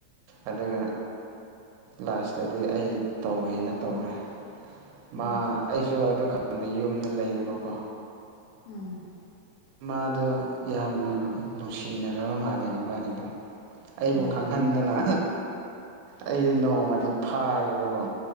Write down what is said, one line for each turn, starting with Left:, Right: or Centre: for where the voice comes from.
Right: ꯑꯗꯨꯒ ꯂꯥꯁꯇꯗꯤ ꯑꯩ ꯇꯧꯋꯦꯅ ꯇꯧꯔꯦ
Left: ꯎꯝ
Right: ꯃꯥ
Left: ꯎꯝ
Right: ꯑꯩꯁꯨ ꯑꯗꯨꯀꯥꯟꯗ ꯌꯨꯝꯗ ꯂꯩꯌꯦꯕꯀꯣ
Left: ꯎꯝ
Right: ꯃꯥꯗꯣ ꯌꯥꯝꯅ ꯅꯨꯡꯁꯤꯅꯔꯕ ꯃꯥꯂꯦ ꯃꯕꯥꯅꯤꯗꯣ ꯑꯩꯕꯨ
Left: ꯎꯝ
Right: ꯈꯪꯍꯟꯗꯅ
Left: ꯎꯝ ꯎꯝ ꯎꯝ
Right: ꯑꯩꯁꯦ ꯅꯣꯡꯃꯗꯤ ꯐꯥꯔꯦꯕꯀꯣ